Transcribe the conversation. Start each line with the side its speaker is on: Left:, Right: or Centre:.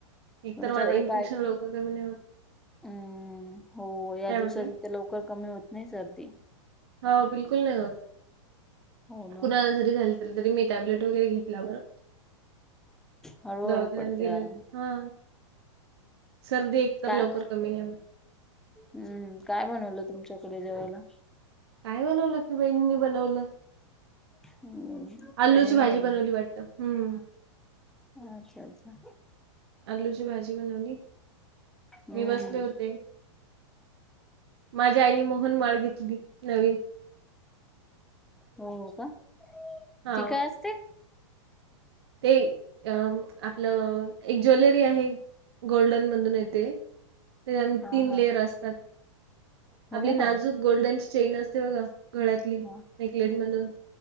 Right: एकतर
Centre: तुमच्याकडे
Right: इन्फेक्शन
Centre: काय
Right: लोक ग होत
Centre: हम्म हो या
Right: काय म्हटले
Centre: दिवसाच ते लवकर कमी होत नाही सर्दी
Right: हा बिलकुल नाही होत
Centre: हो ना
Right: कुणा झा त तरी मी टॅबलेट वगैरे घेतला बर
Centre: हळूहळू
Right: दवाखान
Centre: पडते
Right: गेले
Centre: आराम
Right: हा सर्दी एकत
Centre: काय
Right: लवकर कमी घवी
Centre: हम्म काय बनवलं तुमच्याकडे जेवायला
Right: काय बनवलं की बहिणीनी बनवलं
Centre: हम्म
Right: आलूची
Centre: वहिनीने
Right: भाजी
Centre: बनवलं
Right: बनवली वाट हम्म
Centre: अच्छा अच्छा
Right: आलूची भाजी बनवली
Centre: हम्म
Right: मी बसले होते. माझ्या आईने मोहन माळ घेतली नवीन.
Centre: हो का
Right: हा
Centre: ती काय असते
Right: ते अ आपलं एक ज्वेलरी आहे गोल्डन मधून येते त्या तीन
Centre: हा हा
Right: लेअर असतात.
Centre: हो
Right: आपली नाजूक
Centre: का
Right: गोल्डनची चेन असते बघा गळ्यातली
Centre: हा
Right: नेकलेट मधून